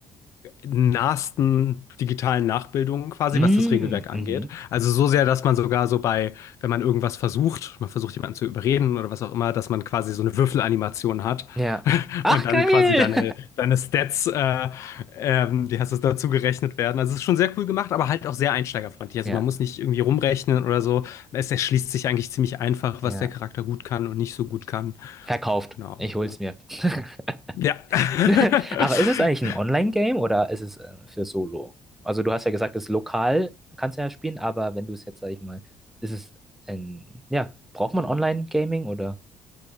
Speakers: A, on the left; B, in the centre.
A: nahesten digitalen Nachbildungen quasi,
B: Mm,
A: was das Regelwerk
B: mhm.
A: angeht. Also so sehr, dass man sogar so bei, wenn man irgendwas versucht, man versucht jemanden zu überreden oder was auch immer, dass man quasi so eine Würfelanimation hat
B: Ja.
A: <laughs>
B: Ach,
A: und dann
B: geil!
A: quasi deine, deine Stats, äh, ähm, die hast es dazu gerechnet werden. Also es ist schon sehr cool gemacht, aber halt auch sehr einsteigerfreundlich. Also
B: <laughs> Ja.
A: man muss nicht irgendwie rumrechnen oder so. Es erschließt sich eigentlich ziemlich einfach,
B: Ja.
A: was der Charakter gut kann und nicht so gut kann.
B: Verkauft.
A: Genau,
B: Ich hol's
A: also
B: mir. <laughs>
A: ja.
B: <laughs>
A: <laughs>
B: Aber ist es eigentlich ein Online-Game oder ist es äh, für Solo? Also du hast ja gesagt, es lokal kannst du ja spielen, aber wenn du es jetzt, sag ich mal, ist es ein, ja, braucht man Online-Gaming oder?